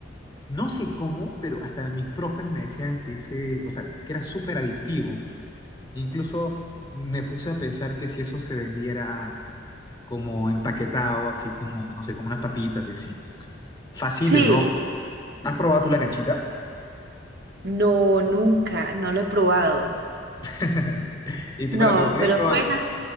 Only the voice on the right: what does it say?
Sí,
no, nunca, no lo he probado.
No,
pero
suena.